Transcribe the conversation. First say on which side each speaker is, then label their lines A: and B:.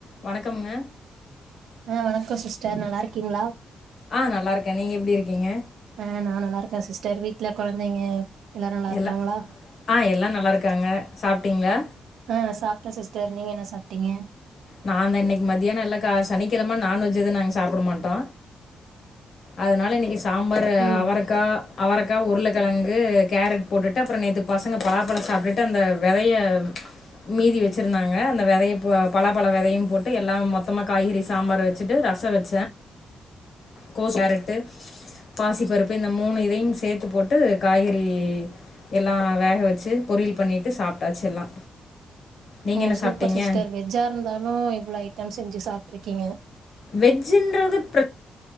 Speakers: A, on the left; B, on the right.
A: வணக்கம்ங்க
B: ஆ வணக்கோ சிஸ்டர் நல்லா இருக்கீங்களா
A: ஆ நல்லாயிருக்கேன் நீங்கள் எப்படி இருக்கீங்க
B: ஆ நா நல்லா இருக்க சிஸ்டர் வீட்ல கொழந்தைங்க எல்லாரு நல்லா இருக்காங்களா
A: எல்லா ஆ எல்லாம் நல்லாயிருக்காங்க சாப்பிட்டீங்களா
B: அ சாப்ட்ட சிஸ் டர் நீங்க என்ன சாப்ட்டீங்க
A: நாந்தா இன்னிக்கு மதியானோ இல்லக்கா சனிக்கெழம் ம்ம நான்வெஜ் எது நாங் சாப்புட மாட்டோ அதனால இன்னிக்குஸ் சாம்பாரு
B: ம்
A: அவரக்கா அவரக்கா உருளக்கெழங்கு கேரட் போட்டுட்டு அப்புறோ நேத்து பசங்க பலாப்பழோ சாப்ட்டுட்டு அந்த வெதைய மீதி வெச்சுருந்தாங்க அந்த வெதைய பலாப்பழோ வெதையும் போட்டு எல்லாம் மொத்தமா காய்கறி சாம்பாரு வெச்சுட்டு ரசோ வெச்ச கோஸ் கேரட்டு பாசிப்பருப்பு இந்த மூணு இதையும் சேத்து போட்டு காய்கறி எல்லா வேக வெச்சு பொரியல் பண்ணிட்டு சாப்ட்டாச்சு எல்லா நீங்க
B: ஓ
A: என்ன
B: சூப்பர்
A: சாப்ட்டீங்க
B: சிஸ்டர் வெஜ்ஜா இருந்தாலு எவ்ளோ ஐட் ஐட்டம் செஞ்சு சாப்ட்ருக்கீங்க
A: வெஜ்ன்றது பிர